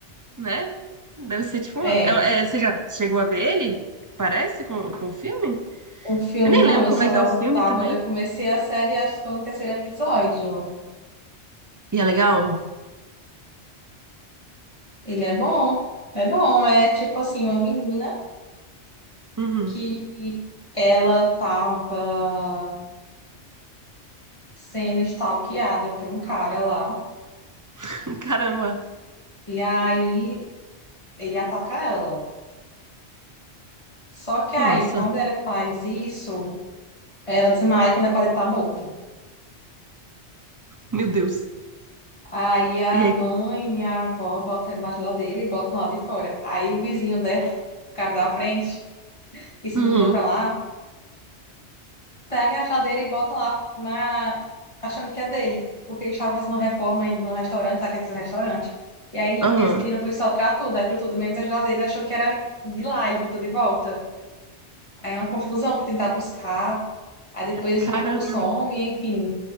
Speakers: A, on the right; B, on the left.
A: né? Deve ser tipo. uma-
B: É,
A: É, é, você já chegou a ver ele? Parece com, com o filme?
B: um filme,
A: Eu nem
B: não,
A: lembro
B: eu
A: como
B: só
A: é que é o filme
B: tava.
A: também.
B: Eu comecei a série, acho que tô no terceiro episódio.
A: E é legal?
B: Ele é bom. É bom, é tipo assim, uma menina
A: Uhum.
B: que ela tava. sendo stalkeada por um cara lá.
A: <laughs> Caramba.
B: E aí ele ataca ela. Só que aí,
A: Nossa.
B: quando ela faz isso, ela desmaia quando acorda ele tá morto.
A: Meu Deus.
B: Aí a
A: E aí?
B: mãe e a avó botam ele na geladeira e botam lá de fora. Aí o vizinho dela, <laughs> o cara da frente, que se
A: Uhum.
B: mudou pra lá, pega a geladeira e bota lá na... achando que é dele. Porque eles estavam fazendo uma reforma em- num restaurante, lá que é um restaurante. E aí
A: Aham.
B: eles pediram pro pessoal tirar tudo, aí tirou tudo menos a geladeira, achou que era de lá, ele botou de volta. Aí é uma confusão para tentar buscar, aí depois
A: Caramba.
B: o corpo some, enfim,